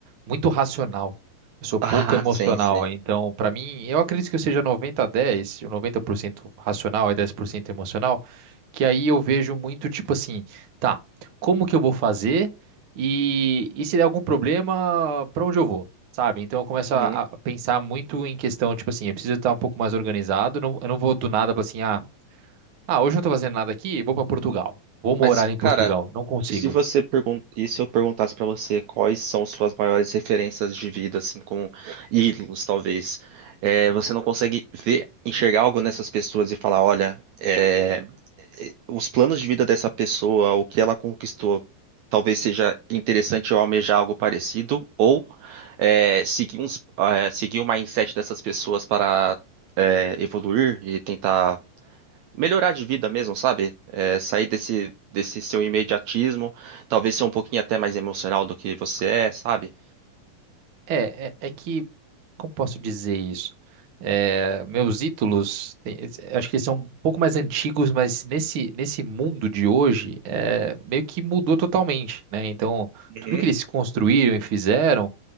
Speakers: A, on the right (about 65°); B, on the right (about 80°).
A: muito racional. Eu sou pouco
B: Ah,
A: emocional.
B: sim, sim.
A: Então, para mim, eu acredito que eu seja 90 a dez, ou 90% racional e 10% emocional. Que aí eu vejo muito tipo assim, tá, como que eu vou fazer? E, e se der algum problema, para onde eu vou? Sabe? Então eu começo a,
B: Uhum.
A: a pensar muito em questão, tipo assim, eu preciso estar um pouco mais organizado. não- eu não vou do nada, falar assim, ah. Ah, hoje eu não tô fazendo nada aqui, vou pra Portugal. Vou morar
B: Mas,
A: em
B: cara,
A: Portugal, não consigo.
B: E se você pergun e se eu perguntasse pra você quais são suas maiores referências de vida, assim, como ídolos, talvez, é, você não consegue ver, enxergar algo nessas pessoas e falar, olha, é, é, os planos de vida dessa pessoa, o que ela conquistou, talvez seja interessante eu almejar algo parecido, ou é, seguir uns, é, seguir o mindset dessas pessoas para é, evoluir e tentar melhorar de vida mesmo, sabe? É, sair desse, desse seu imediatismo, talvez ser um pouquinho até mais emocional do que você é, sabe?
A: É, é, é que, como posso dizer isso? É, meus ídolos, tem- acho que eles são um pouco mais antigos, mas nesse, nesse mundo de hoje, é, meio que mudou totalmente, né? Então,
B: Uhum.
A: tudo que eles construíram e fizeram,